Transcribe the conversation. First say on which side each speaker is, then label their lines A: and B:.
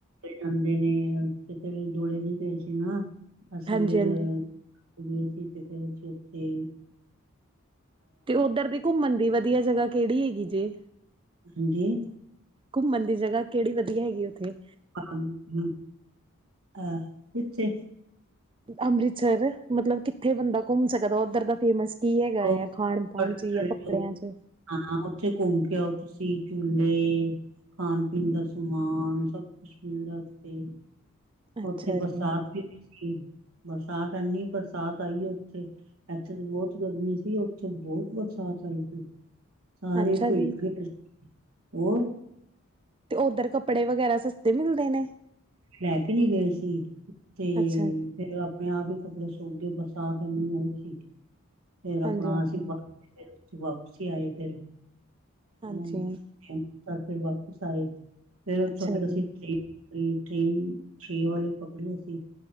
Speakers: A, on the right; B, on the right.
A: ਜਾਂਦੇ ਨੇ ਤੇ ਪਹਿਲੇ ਜੋੜੇ ਚ ਗਏ ਸੀ ਨਾ, ਅਸੀਂ
B: ਹਾਂਜੀ
A: ਫੇਰ
B: ਹਾਂਜੀ
A: ਗਏ ਸੀ ਤੇ ਫੇਰ ਉਥੇ-ਉਥੇ
B: ਤੇ ਉਧਰ ਦੀ ਘੁੰਮਣ ਦੀ ਵਧੀਆ ਜਗਾ ਕਿਹੜੀ ਹੈਗੀ ਜੇ?
A: ਹਾਂਜੀ।
B: ਘੁੰਮਣ ਦੀ ਜਗਾ ਕਿਹੜੀ ਵਧੀਆ ਹੈਗੀ ਉੱਥੇ?
A: ਅ ਅ ਹ ਐ ਕਿੱਥੇ?
B: ਅੰਮ੍ਰਿਤਸਰ ਮਤਲਬ ਕਿੱਥੇ ਬੰਦਾ ਘੁੰਮ ਸਕਦਾ ਉੱਧਰ ਦਾ ਫੇਮਸ ਕੀ ਹੈਗਾ
A: ਉਹ
B: ਆ ਖਾਣ ਪਾਣ ਚ ਜਾਂ
A: ਕਰੇ
B: ਕੱਪੜਿਆਂ
A: ਜੋ,
B: ਚ।
A: ਹਾਂ ਉੱਥੇ ਘੁੰਮ ਕੇ ਆਓ ਤੁਸੀਂ ਝੂਲੇ। ਖਾਣ- ਪੀਣ ਦਾ ਸਮਾਨ ਸਭ ਕੁਛ ਮਿਲਦਾ ਉੱਥੇ।
B: ਅੱਛਾ
A: ਉੱਥੇ ਬਰਸਾਤ
B: ਜੀ,
A: ਵੀ ਐਨੀ ਬਰਸਾਤ ਐਏਨੀ ਬਰਸਾਤ ਆਈ ਆ ਉੱਥੇ। ਇੱਥੇ ਤੇ ਬੋਤ ਗਰਮੀ ਸੀ ਉੱਥੇ ਬਹੋਤ ਬਰਸਾਤ ਆਈ ਸੀ। ਸਾਰੇ
B: ਅੱਛਾ
A: ਭਿਗ
B: ਜੀ
A: ਗਏ, ਉਰ।
B: ਤੇ ਉੱਧਰ ਕੱਪੜੇ ਵਗੈਰਾ ਸਸਤੇ ਮਿਲਦੇ ਨੇ।
A: ਲੈ ਕੇ ਨੀ ਗਏ ਸੀ, ਤੇ
B: ਅੱਛਾ ਜੀ,
A: ਫੇਰ ਆ- ਆਪਣੇ ਆਪ ਹੀ ਕੱਪੜੇ ਸੋਕ ਗਏ ਬਰਸਾਤ ਇਨੀ ਆਈ ਸੀ, ਫੇਰ ਆਪਣਾ
B: ਹਾਂਜੀ ਹਾਂਜੀ,
A: ਅਸੀਂ - ਫ ਵਾਪਸੀ ਆਏ ਫਰੇ,
B: ਹਾਂਜੀ
A: ਹੁਣ ਤਾਂ ਫੇਰ ਵਾਪਿਸ ਆਏ, ਫੇਰ ਉਥੋਂ
B: ਅੱਛਾ
A: ਫੇਰ ਅਸੀਂ
B: ਜੀ।
A: ਟਰੇਨ ਫੜੀ। ਟਰੇਨ ਛੇ ਆਲੀ ਪਕੜੀ ਅਸੀ।